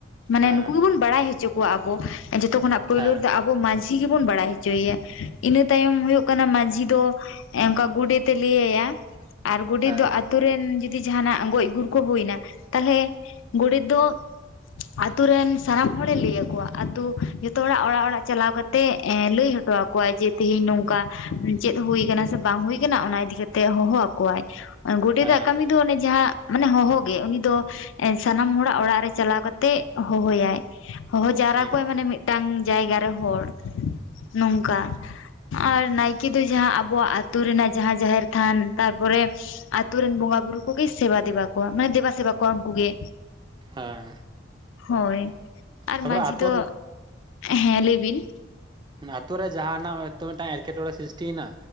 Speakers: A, on the left (about 80°); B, on the right (about 20°).
A: ᱢᱟᱱᱮ
B: ᱦᱮᱸ
A: ᱱᱩᱠᱩ ᱜᱮᱵᱩᱱ ᱵᱟᱲᱟᱭ ᱦᱚᱪᱚ ᱠᱚᱣᱟ ᱟᱵᱚ ᱡᱷᱚᱛᱚ ᱠᱷᱚᱱᱟᱜ ᱯᱩᱭᱞᱳ
B: ᱦᱮᱸ
A: ᱨᱮᱫᱚ ᱟᱵᱚ ᱢᱟ ᱡᱷᱤ ᱜᱮᱵᱚᱱ ᱵᱟᱲᱟᱭ ᱦᱚᱪᱚᱭᱮᱭᱟ ᱤᱱᱟᱹ ᱛᱟᱭᱚᱢ ᱦᱩᱭᱩᱜ ᱠᱟᱱᱟ ᱢᱟᱡᱷᱤ ᱫᱚ ᱚᱱᱠᱟ ᱜᱚᱰᱮᱛᱭ ᱞᱟᱹᱭᱭᱟ ᱟᱨ ᱜᱚᱰᱮᱛ
B: ᱦᱮᱸ
A: ᱫᱚ ᱟᱛᱳ ᱨᱮᱱ ᱡᱩᱫᱤ ᱡᱟᱦᱟᱱᱟᱜ ᱜᱚᱡ ᱜᱩᱨ ᱠᱚ ᱦᱩᱭ ᱮᱱᱟ ᱛᱟᱦᱚᱞᱮ ᱜᱚᱰᱮᱛ ᱫᱚ ᱟᱛᱳ ᱨᱮᱱ ᱥᱟᱱᱟᱢ ᱦᱚᱲᱮ ᱞᱟᱹᱭ ᱟᱠᱚᱣᱟ, ᱟᱛᱳ ᱡᱷᱚᱛᱚ ᱦᱚᱲᱟᱜ ᱚᱲᱟᱜ ᱚᱲᱟᱜ ᱪᱟᱞᱟᱣ ᱠᱟ ᱛᱮ ᱞᱟᱹᱭ ᱦᱚᱴᱚᱣᱟᱚᱣᱟ ᱡᱮ ᱛᱮᱦᱤᱧ ᱱᱚᱝ ᱚᱱᱠᱟ ᱪᱮᱫ ᱦᱩᱭ ᱟᱠᱟᱱᱟ ᱥᱮ ᱵᱟᱝ ᱦᱩᱭ ᱟᱠᱟᱱᱟ ᱚᱱᱟ ᱤᱫᱤ ᱠᱟᱛᱮᱫ ᱦᱚᱦᱚ ᱟᱠᱚᱣᱟᱭ᱾ ᱜᱚᱰᱮᱛᱟᱜ
B: ᱦᱮᱸ
A: ᱠᱟᱹᱢᱤ ᱫᱚ ᱚᱱᱮ ᱡᱟᱦᱟᱸ ᱢᱟᱱᱮ ᱦᱚᱦᱚᱜᱮ ᱩᱱᱤ ᱫᱚ ᱥᱟᱱᱟᱢ ᱦᱚᱲᱟᱜ ᱚᱲᱟᱜ ᱨᱮ ᱪᱟᱞᱟᱣ ᱠᱟᱛᱮᱜ ᱦᱚᱦᱚᱭᱟᱭ᱾ ᱦᱚᱦᱚ ᱡᱟᱣᱨᱟ
B: ᱦᱮᱸ
A: ᱠᱚᱣᱟᱭ ᱢᱟᱱᱮ ᱢᱤᱫᱴᱟᱝ ᱡᱟᱭᱜᱟ ᱨᱮ ᱦᱚᱲ ᱱᱚᱝᱠᱟ᱾ ᱟᱨ ᱱᱟᱭᱠᱮ ᱫᱚ ᱡᱟᱦᱟᱸ ᱟᱵᱚᱣᱟᱜ ᱟᱛᱳ ᱨᱮᱱᱟᱜ ᱡᱟᱦᱟᱸ ᱡᱟᱦᱮᱨ ᱛᱷᱟᱱ ᱛᱟᱨᱯᱚᱨᱮ ᱟᱛᱩᱨ ᱨᱮᱱ ᱵᱚᱸᱜᱟ ᱵᱩᱨᱩ ᱠᱚᱜᱮ ᱥᱮᱵᱟ ᱫᱮᱵᱟ ᱠᱚᱣᱟ, ᱢᱟᱱᱮ ᱫᱮᱵᱟ ᱥᱮᱵᱟ ᱠᱚᱣᱟ ᱩᱱᱠᱩᱜ ᱜᱮ᱾
B: ᱦᱮᱸ
A: ᱦᱳᱭ ᱟᱨ
B: ᱛᱟᱯᱚᱨᱮ
A: ᱢᱟᱹᱡᱷᱤ
B: ᱟᱛᱳ
A: ᱫᱚ
B: ᱨᱮ
A: ᱦᱮᱸ ᱞᱟᱹᱭ ᱵᱤᱱ?
B: ᱟᱛᱩᱨ ᱨᱮ ᱡᱟᱦᱟᱱᱟᱜ ᱦᱚᱭᱛᱚ ᱢᱤᱫᱴᱟᱝ ᱮᱴᱠᱮᱴᱚᱬᱮ ᱥᱨᱤᱥᱴᱤᱭᱮᱱᱟ